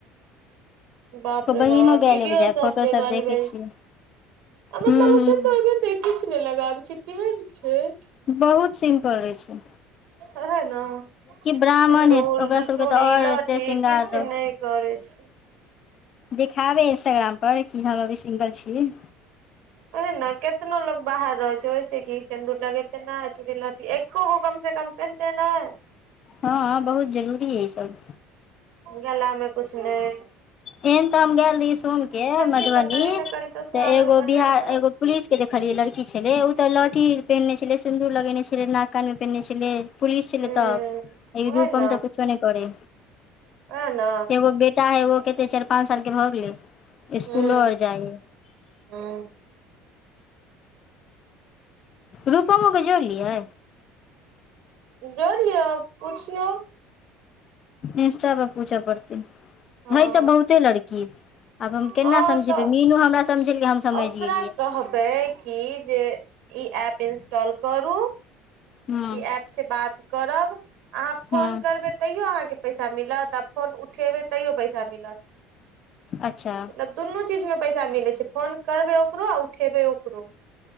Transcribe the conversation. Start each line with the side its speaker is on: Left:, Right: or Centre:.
Right: बाप
Left: बहिनो
Right: रे बाप
Left: गेल
Right: वीडियो
Left: बुझाय
Right: सब
Left: फोटो
Right: जे बनबे
Left: देखै छियै
Right: छैय। मतलब
Left: हूँ
Right: ओ
Left: हूँ
Right: सिन्दूर बिन्दी किछु ने लगाबे छैय, केहन छैय।
Left: बहुत सिम्पल रहै छैय।
Right: ओहए न
Left: ब्राह्मण
Right: सिन्दूर
Left: है ओकरा सबके
Right: चूड़ी
Left: तऽ आओर
Right: लहठी
Left: एते श्रृंगार
Right: किछ
Left: रह
Right: नहि करै छैय।
Left: देखाबे इंस्टाग्राम पर कि हम अभी सिंगल छी।
Right: ओहे ने केतनो लोग बाहर रहै छैय ओैसे कि सिन्दूर लगेते ने चूड़ी लहटी एको गो कम से कम पहिरते नहि।
Left: हँ बहुत जरूरी अइ ई सब।
Right: गला मे किछु नहि
Left: एहेन तऽ हम गेल रही सोमके मधुबनी
Right: छी तऽ कनि ने कनि सुहागन
Left: तऽ एगो
Right: बने
Left: बिहा
Right: पड़त
Left: एगो पुलिस के देखलियै लड़की छले ओ तऽ लहठी पहिनने छले सिन्दूर लगेने छले नाक कानमे पेनने छले। पुलिस छलै
Right: ह
Left: तब ई
Right: ओहे
Left: रूपम
Right: ने
Left: तऽ कुछो नहि करय
Right: ओहे ने
Left: एगो। बेटा है ओहो कते चारि पांच साल के भऽ गेले इसकूलो
Right: हूँ
Left: आओर जाइये।
Right: हूँ।
Left: रूपममो के जोड़लियै।
Right: जोड़ लियअ पुछियौ।
Left: इन्सटा पर पूछऽ पड़तै
Right: हँ
Left: छैय तऽ बहुते लड़की। आब हम केना
Right: हँ
Left: समझेबे
Right: तऽ
Left: मीनू हमरा समझेलकै हम समझ
Right: ओकरा
Left: गेलियै
Right: कहबै कि जे ई एप इंस्टॉल करू।
Left: हूँ
Right: ई ऐपसे बात करब अहाँ फोन
Left: हूँ
Right: करबै तैयो अहाँके पैसा मिलत आ फोन उठेबै तैयो पैसा मिलत।
Left: अच्छा।
Right: मतलब दुनू चीजमे पैसा मिलै छै फोन करबै ओकरो आ उठेबै ओकरो।